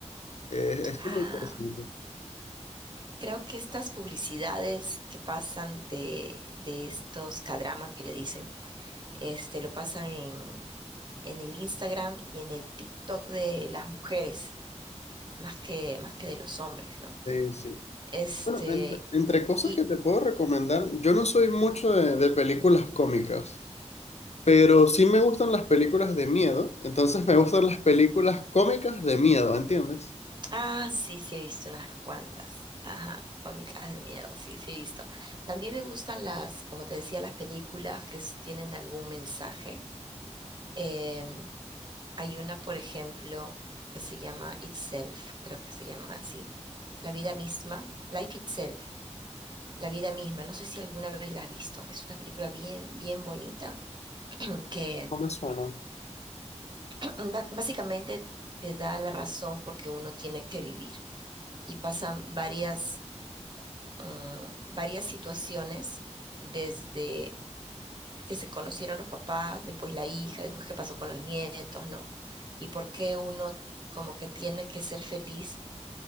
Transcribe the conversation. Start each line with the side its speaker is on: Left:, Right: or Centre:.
Left: Eh, es
Right: Ah,
Left: como interesante.
Right: creo que estas publicidades que pasan de, de estos kdramas que le dicen, este, lo pasan en, en el Instagram y en el TikTok de las mujeres, más que, más que de los hombres, ¿no?
Left: Sí, sí.
Right: Este,
Left: Bueno, entre, entre cosas
Right: y,
Left: que te puedo recomendar, yo no soy mucho de, de películas cómicas. Pero sí me gustan las películas de miedo, entonces me gustan las películas cómicas de miedo, ¿entiendes?
Right: ah, sí, sí he visto unas cuantas. Ajá, cómicas de miedo, sí, sí he visto. También me gustan las, como te decía, las películas que s- tienen algún mensaje. em, Hay una, por ejemplo, que se llama Itself, creo que se llama así. La vida misma, Life Itself, la vida misma. No sé si alguna vez la has visto. Es una película bien, bien bonita <clears throat> que
Left: No me suena.
Right: <clears throat> ba- básicamente te da la razón porque uno tiene que vivir. Y pasan varias, mm, varias situaciones desde que se conocieron los papás, después la hija, después qué pasó con los nietos, ¿no? Y por qué uno como que tiene que ser feliz